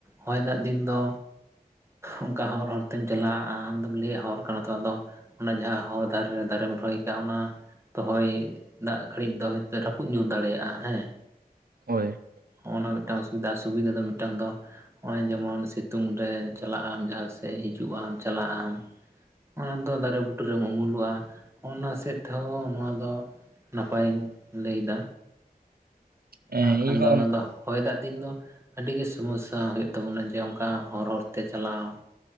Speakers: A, on the right (about 15°); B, on the right (about 75°).
A: ᱦᱚᱭ ᱫᱟᱜ ᱫᱤᱱ ᱫᱚ ᱚᱱᱠᱟ ᱦᱚᱨ ᱦᱚᱨ ᱛᱮᱢ ᱪᱟᱞᱟᱜᱼᱟ ᱟᱢᱫᱢ ᱞᱟᱹᱭᱼᱟ ᱦᱚᱨ᱾ ᱠᱟᱱᱟ ᱛᱚ ᱟᱫᱚ ᱚᱱᱟ ᱡᱟᱦᱟᱸ ᱦᱚᱨ ᱫᱷᱟᱨᱮ ᱫᱟᱨᱮᱢ ᱨᱚᱦᱚᱭ ᱟᱠᱟᱜᱼᱟ ᱚᱱᱟ ᱛᱚ ᱦᱚᱭ ᱫᱟᱜ ᱜᱷᱟᱹᱲᱤᱡ ᱫᱚ ᱦᱭᱛ ᱨᱟᱹᱯᱩᱫ ᱧᱩ ᱫᱟᱲᱮᱭᱟᱜᱼᱟ ᱦᱮᱸ
B: ᱦᱳᱭ
A: ᱦᱚᱜᱼᱚᱭ ᱱᱚᱣᱟ ᱢᱤᱫᱴᱟᱝ ᱚᱥᱩᱵᱤᱫᱟ ᱟᱨ ᱥᱩᱵᱤᱫᱷᱟ ᱫᱚ ᱢᱤᱫᱴᱟᱝ ᱫᱚ ᱱᱚᱜᱼᱚᱭ ᱡᱮᱢᱚᱱ ᱥᱤᱛᱩᱝ ᱨᱮ ᱪᱟᱞᱟᱜ ᱡᱟᱦᱟᱸᱥᱮᱫ ᱦᱤᱡᱩᱜ ᱟᱢ ᱪᱟᱞᱟᱜ ᱟᱢ ᱚᱱᱟ ᱫᱚ ᱫᱟᱨᱮ ᱵᱩᱴᱟᱹᱨᱮᱢ ᱩᱢᱩᱞᱚᱜᱼᱟ ᱚᱱᱟ ᱥᱮᱫ ᱛᱮᱦᱚᱸ ᱱᱚᱣᱟ ᱫᱚ ᱱᱟᱯᱟᱭᱤᱧ ᱞᱟᱹᱭ ᱮᱫᱟ
B: ᱦᱮᱸ
A: ᱟᱨ ᱠᱷᱟᱱ
B: ᱤᱧᱦᱚᱸ
A: ᱫᱚ ᱚᱱᱟ ᱫᱚ ᱦᱚᱭ ᱫᱟᱜ ᱫᱤᱱ ᱫᱚ ᱟᱹᱰᱤ ᱜᱮ ᱥᱳᱢᱚᱥᱥᱟ ᱦᱩᱭᱩᱜ ᱛᱟᱵᱚᱱᱟ ᱡᱮ ᱚᱱᱠᱟ ᱦᱚᱨ ᱦᱚᱨ ᱛᱮ ᱪᱟᱞᱟᱣ᱾